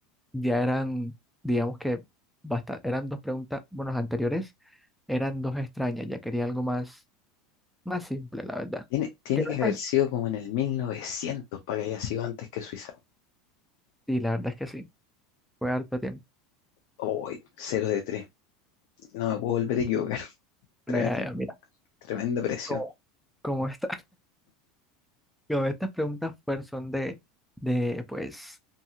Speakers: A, in the centre; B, on the left (about 65°).
A: ya eran, digamos que basta, eran dos preguntas, bueno, las anteriores eran dos extrañas, ya quería algo más, más simple, la verdad.
B: Tiene, tiene
A: ¿Qué me
B: que
A: estás-
B: haber sido como en el 1900 para que haya sido antes que Suiza.
A: Sí, la verdad es que sí, fue harto tiempo.
B: Hoy, cero de tres No me puedo volver a equivocar. <laughs> Tremenda,
A: Bueno, ya, ya, mira,
B: tremenda presión.
A: como, como está. Yo, estas preguntas pues, son de, de, pues,